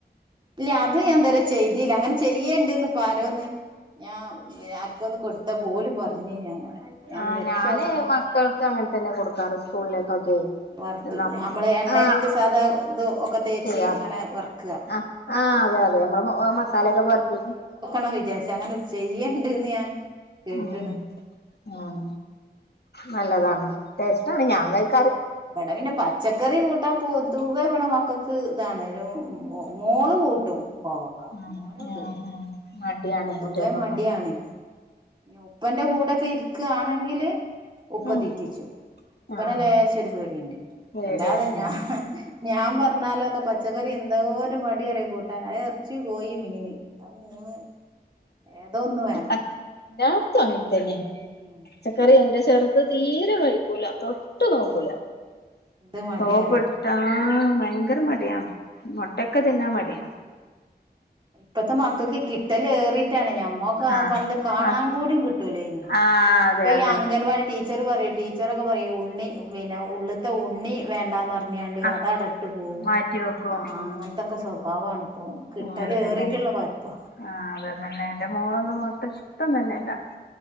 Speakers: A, on the right; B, on the left.
A: ഇല്ല അത് ഞാനിതരെ ചെയ്തിയില്ല അങ്ങനെ ചെയ്യേണ്ടന്ന് പ്പോ ആരോന്ന് ഞാൻ പിന്നെ ആർക്കൊന്ന് കൊട് തൊക്കെ ഓല് പർഞ്ഞീനി അങ്ങനെ. ഞാനൊന്ന്
B: ആ
A: വെച്ചോക്ക
B: ഞാന് മക്കൾക്ക് അങ്ങൻതന്നെ കൊടുക്കാറ് സ്കൂളിലേക്കൊക്കെ
A: വറുത്ത്
B: നം
A: നമ്മള് എണ്ണയിലിട്ട്
B: ആ
A: സാധാ ഇത് ഒക്കെ തേച്ച്
B: ശെരിയ
A: അങ്ങനെ വറക്കുക
B: അ ആ അതെ അതെ നമ്മള് മസാലൊക്കെ പൊരട്ടിട്ട്.
A: പ്പോ വിചാരിച് അങ്ങനെ ചെയ്യണ്ട്ന്ന് ഞാൻ കേട്ട്ണ്.
B: ഉം ഉം നല്ലതാണ് ടേസ്റ്റാണ് ഞാൻ കയ്
A: ബടെ പിന്നെ പച്ചക്കറി കൂട്ട പൊതുവെ ഇവടെ മക്കക് ത് താണേലും മോ മോള് കൂട്ടും കോവക്ക
B: ഉം
A: മോൻ കൂട്ടുല.
B: ഉം ഉം മടിയാണ്
A: പൊതുവെ
B: കുട്ടികൾക്കൊക്കെ
A: മടിയാണ് നി ഉപ്പന്റെ കൂടൊക്കെ ഇര് ക്കാ ആണെങ്കില് ഉപ്പ
B: ഉം
A: തീറ്റിച്ചു ഇപ്പനെ
B: ആഹ്
A: ലേശോരു പേടിണ്ട്
B: പേടിയാണല്ലേ
A: അല്ലാതെ ഞാ ഞാൻ പർഞ്ഞാലൊകെ പച്ചക്കറി എന്തോരു മടി അറിയോ കൂട്ടാൻ അ എർച്ചി കോയി മീന് ആ മൂന്ന് ഏതോ ഒന്ന് വേണം
B: എല്ലാടത്തും അങ്ങ <unintelligible>
A: ഉം
B: പചക്കറി എന്റെ ചെർത് തീരെ വയ് <unintelligible> തൊട്ട് നോക്കൂല
A: എന്ത് മടിയാറിയോ
B: സോപ്പ്‌ ട്ടാ ഭയങ്കര മടിയാ മുട്ടക്കെ തിന്നാൻ മടിയാ
A: ഇപ്പത്തെ മക്കക്ക് കിട്ടല് ഏറി <unintelligible> ഞമ്മക്ക് ആ
B: ആഹ്
A: പണ്ട് കാണാൻ
B: അത്
A: കൂടി കിട്ടൂല്യേനി
B: ആഹ്
A: ഇപ്പൊ
B: അതെ
A: ഈ
B: അതെ
A: അംഗൻവാടി ടീ <unintelligible> പറയും ടീച്ചറൊക്കെ പറയും ഉണ്ണി പിന്നെ ഉള്ള്ത്തെ ഉണ്ണി വേണ്ടാന്ന് പ <unintelligible>
B: ആഹ്
A: അത് ആടെട്ട് പോവും.
B: മാറ്റി വെക്കും
A: ആഹ്
B: ഉം
A: അങ്ങന് ത്തൊക്കെ സ്വഭാവാണ്. പ്പോവും കിട്ടലേറീട്ട്ള്ള
B: അങ്ങനെ തന്നെ
A: കൊയപ്പ
B: ആഹ് അത് അതന്നെ എന്റെ മോള് <unintelligible> ഇഷ്ട്ടം തന്നെ